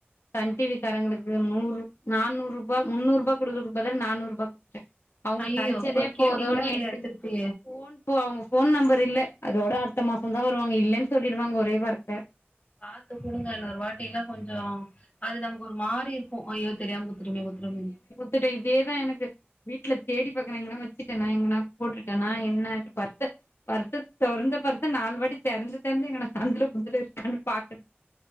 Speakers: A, on the left; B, on the left.
A: சன் டிவி காரங்களுக்கு நூறு நானூறு முன்னூரூபா குடுக்கறகு பதிலா நானூரூபா குடுத்திட்டே அவங்க
B: ஐயயோ
A: கெடச்சதே
B: இப்ப கேட்டீங்களா
A: போதுன்னு
B: இல்லையா
A: எடுத்துக்
B: திருப்பி
A: ஃபோன் இப்போ அவங்க ஃபோன் நம்பர் இல்ல அதோட அடுத்த மாசந்தா வருவாங்க இல்லன்னு சொல்லிடுவாங்க ஒரே வார்த்த
B: பாத்து குடுங்க இன்னொரு வாட்டியில்லா கொஞ்சோ அது நமக்கு ஒரு மாறி இருக் ஐய்யோ தெரிய குத்திட்டமே குத்திட்டமே
A: ட்ட இதேதா எனக்கு வீட்ல தேடி பாக்கனு எங்கன்னா வெச்சிட்டேனா எங்கன்னா போட்டுட்டேனா <unintelligible> பர்ஸ்ச தொறந்த பர்ஸ்ச நாலு வாட்டி தெரந்நு தெறந்து எங்கனா சந்தில பொந்துல இருக்கான்னு பாக்குற